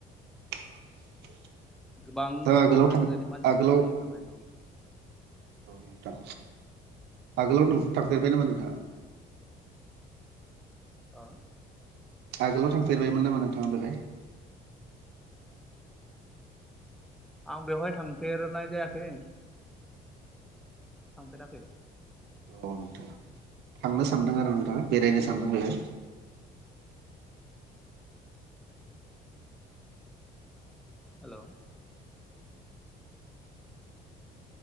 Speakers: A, on the right; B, in the centre.
A: <unintelligible>
B: गोबां
A: नोंथाङा
B: गोजान
A: आगोलाव थां
B: गोजाननि मानसिफोरा
A: आगोलाव
B: फैयो बेवहाय दुगै
A: औ नोंथां आगोलाव थांफेरबाय नामा नोंथाङा?
B: ओ
A: आगोलाव थांफेरबायमोन नामा नोंथाङा बेहाय?
B: आं बेवहाय थांफेरनाय जायाखै, थांफेराखै
A: औ नोंथां थांनो सानदों आरो नोंथाङा बेरायनो सानदों बेहाय,
B: हेलौ